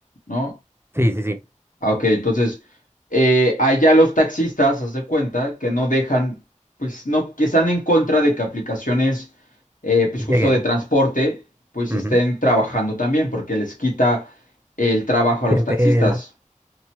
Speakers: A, on the left; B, on the right.
A: ¿no?
B: Sí, sí, sí.
A: Ah, ok, entonces, eh, allá los taxistas, haz de cuenta, que no dejan, pues no, que están en contra de que aplicaciones, eh, pues
B: Lleguen.
A: justo de transporte, pues
B: Ujú.
A: estén trabajando también, porque les quita el trabajo a
B: Clientela.
A: los taxistas.